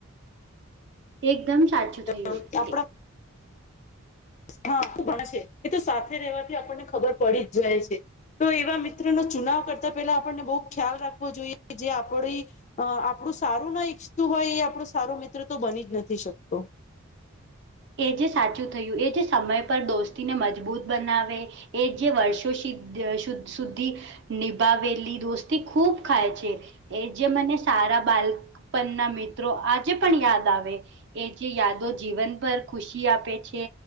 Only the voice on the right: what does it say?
એકદમ સાચું થયું
એ
એ જે સાચું થયું એ જે સમય પર દોસ્તીને મજબૂત બનાવે એ જે વર્ષો સિદ્ધ શુદ્ધ સુધી નિભાવેલી દોસ્તી ખૂબ ખાય છે એ જે મને તારા બાલપન ના મિત ત્રો આજે પણ યાદ આવે એ જે યાદો જીવન ભર ખુશી આપે છે